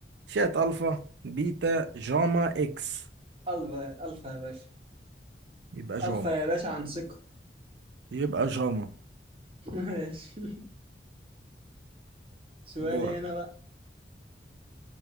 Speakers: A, on the right; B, on the right.
A: اشعه الفا بيتا جاما اكس
B: الفا الفا يا باشا
A: يبقى جاما
B: الفا يا باشا عن ثقة
A: يبقى جاما
B: <laughs> ماشي سؤالي
A: دورك
B: انا بقى